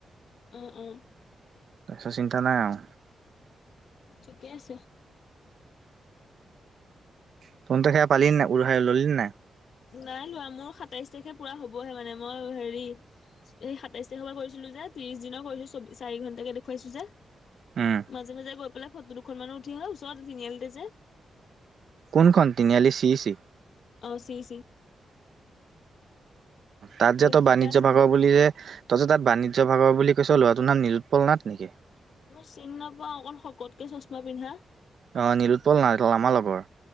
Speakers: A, on the left; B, on the right.
A: উম, উম।
B: সো চিন্তা নাই আৰু।
A: ঠিকে আছে।
B: <unintelligible> পালি নে নাই উলাই ললি নে নাই?
A: নাই লোৱা মোৰ সাতাইশ তাৰিখে পুৰা হ'বহে মানে মই হেৰি। এই সাতাইছ তাৰিখৰ পৰা কৰিছিলো যে ত্ৰিশ দিনৰ কৰিছোঁ চাৰি ঘণ্টাকে দেখুৱাইছো যে।
B: উম
A: মাজে, মাজে গৈ পেলাই ফটো দুখন মান উঠি আহোঁ <unintelligible> তিনিআলিতে যে।
B: কোনখন তিনিআলি চি ই চি।
A: অ চি ই চি।
B: তাত
A: কিবা
B: যে তই
A: শিকা
B: বাণিজ্য
A: আছে
B: ভাগৰ
A: নেকি
B: বুলি যে। তই যে তাত বাণিজ্য বিভাগৰ বুলি কৈছোঁ ল'ৰাটোৰ নাম নিলোৎপল নাথ নেকি?
A: মই চিন নাপাওঁ অকণ শকতকে চচমা পিন্ধা।
B: অ নিলোৎপল নাথ অ আমাৰ লগৰ।